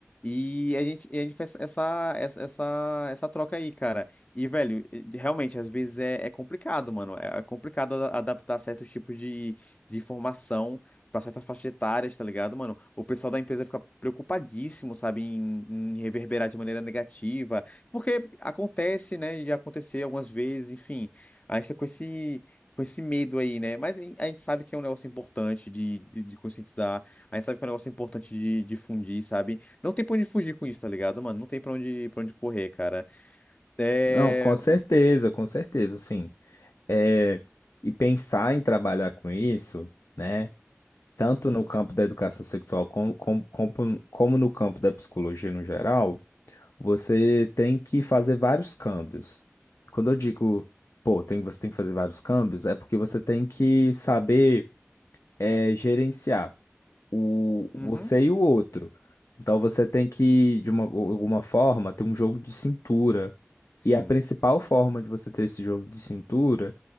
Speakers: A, on the left; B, on the left.
A: E a gente, e a gente faz essa, essa, essa, essa troca aí, cara. E, velho, e- realmente, às vezes é, é complicado, mano. É é complicado a- adaptar certos tipos de, de informação pra certas faixas etárias, tá ligado, mano? O pessoal da empresa fica preocupadíssimo, sabe, em, em reverberar de maneira negativa. Porque acontece, né? Já aconteceu algumas vezes, enfim. Acho que é com esse com esse medo aí, né? Mas a gente sabe que é um negócio importante de, de, de conscientizar, a gente sabe que é um negócio importante de difundir, sabe? Não tem pra onde fugir com isso, tá ligado, mano? Não tem pra onde, pra onde correr, cara. É.
B: Não, com certeza, com certeza, sim. É, e pensar em trabalhar com isso, né? Tanto
A: Uhum,
B: no campo da educação sexual como, como, como, como no campo da psicologia no geral, você tem que fazer vários câmbios. Quando eu digo, pô, tem, você tem que fazer vários câmbios, é porque você tem que saber é, gerenciar o, você
A: uhum,
B: e o outro. Então você tem que, de uma, alguma forma, ter um jogo de cintura.
A: sim.
B: E a principal forma de você ter esse jogo de cintura